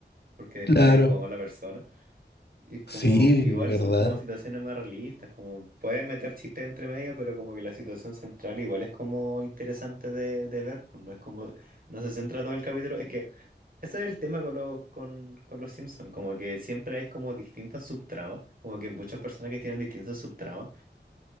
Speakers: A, on the right; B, on the left.
A: porque descubre
B: claro.
A: que es como mala persona. Y es como,
B: Sí,
A: igual
B: ¿verdad?
A: son como situaciones más realistas, como pueden meter chistes entre medio, pero como que la situación central igual es como interesante de, de ver, pues no es como, no se centra todo el capítulo, es que ese es el tema con, lo- con, con los Simpsons, como que siempre hay como distintas subtramas, como que muchas personajes tienen distintas subtramas,